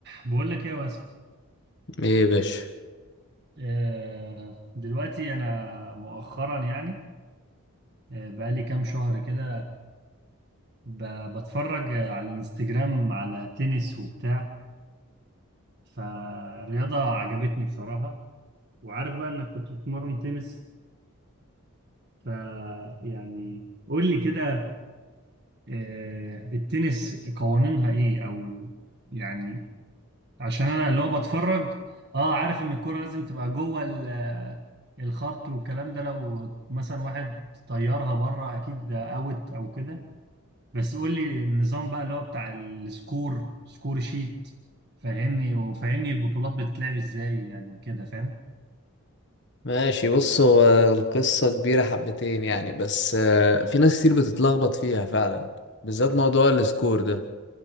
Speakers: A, on the right; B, on the left.
A: بقول لك ايه يا واسم
B: ايه يا باشا
A: آه، دلوقتي انا مؤخرا يعني آه، بقالي كام شهر كده ب- بتفرج على الانستجرام على تنس وبتاع فالرياضة عجبتني بصراحة وعارف بقى انك كنت بتتمرن تنس ف يعني قول لي كده آه، التنس قوانينها ايه او يعني عشان انا اللي هو بتفرج اه عارف ان الكرة لازم تبقى جوه ال- الخط والكلام ده لو مثلا واحد طيرها بره اكيد ده اوت او كده بس قول لي النظام بقى اللي هو بتاع السكور سكور شيت فهمني وفهمني البطولات بتتلعب ازاي يعني كده فاهم
B: ماشي بص هو القصة كبيرة حبتين يعني بس آه، في ناس كتير بتتلخبط فيها فعلا بالذات موضوع السكور ده